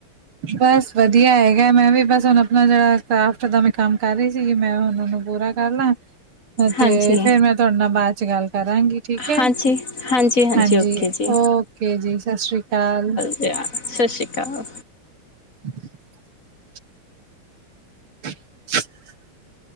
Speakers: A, on the right; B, on the left.
A: ਬਸ ਵਧੀਆ ਹੈਗਾ ਮੈਂ ਵੀ ਬਸ ਹੁਣ ਆਪਣਾ ਜਿਹੜਾ ਕਰਾਫਟ ਦਾ ਮੈਂ ਕੰਮ ਕਰ ਰਹੀ ਸੀਗੀ ਮੈਂ ਉਹਨਾਂ ਨੂੰ ਬੁਰਾ ਕਰਲਾ ਤੇ
B: ਹਾਂਜੀ
A: ਫੇਰ ਮੈਂ ਤੁਹਾਡੇ ਨਾਲ ਬਾਅਦ ਚ ਗੱਲ ਕਰਾਂਗੀ ਠੀਕ ਹੈ
B: ਹਾਂਜੀ
A: ਹਾਂਜੀ
B: ਓਕੇ ਜੀ
A: ਓ ਓਕੇ ਜੀ ਸਤਿ ਸ੍ਰੀ ਅਕਾਲ।
B: ਸਤਿ ਸ਼੍ਰੀ ਅਕਾਲ।
A: <inaudible> <inaudible>